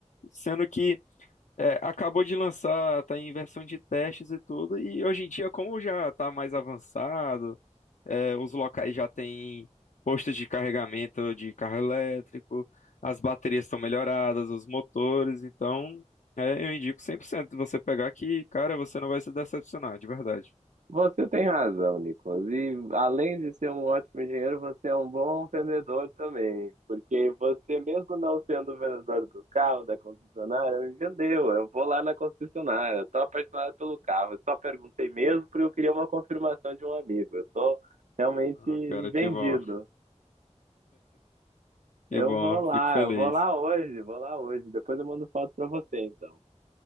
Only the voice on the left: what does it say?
Sendo que é, acabou de lançar, tá em versão de testes e tudo, e hoje em dia, como já tá mais avançado, é, os locais já têm postos de carregamento de carro elétrico, as baterias estão melhoradas, os motores, então é, eu indico 100% você pegar que, cara, você não vai se decepcionar, de verdade.
Ah, cara,
que bom, que
bom,
fico feliz.